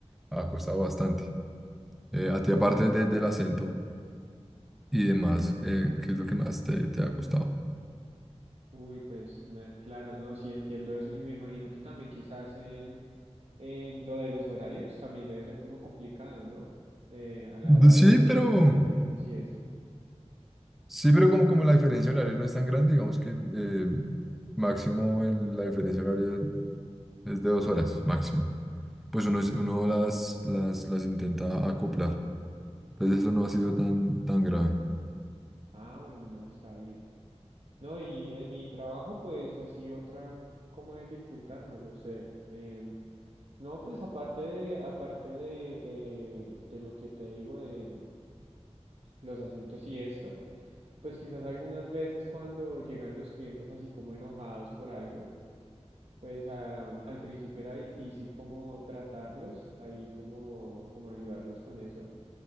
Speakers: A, in the centre; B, on the right.
A: ha costado bastante. Eh, a ti, aparte de- del acento y demás, eh, ¿qué es lo que más te, te ha costado?
B: Uy, pues me- claro, no, sí entiendo eso y me imagino que también quizás en, en lo de los horarios también debe ser como complicado, ¿no? Eh, a la
A: De-
B: hora
A: Sí,
B: de hacer
A: pero,
B: como reuniones y eso.
A: sí, pero como, como la diferencia horaria no es tan grande, digamos que eh, máximo el- la diferencia horaria es de dos horas, máximo. Pues uno, es- uno las, las, las intenta acoplar. Entonces eso no
B: Ah,
A: ha sido
B: bueno.
A: tan, tan grave.
B: Ah, bueno, no, está bien. No, y en mi trabajo, pues así otra como dificultad, no lo sé. Em, no, pues aparte de, aparte de, eh, de lo que te digo de mm, los acentos y esto, pues quizás algunas veces cuando llegan los clientes así como enojados por algo, pues ah, al principio era difícil como tratarlos, ahí como, como ayudarlos con eso.